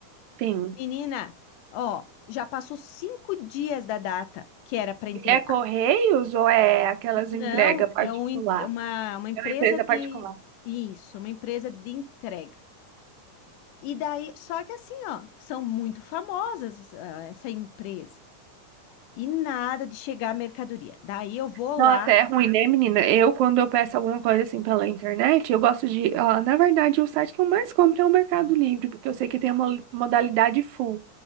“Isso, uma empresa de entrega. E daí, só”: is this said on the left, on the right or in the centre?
Left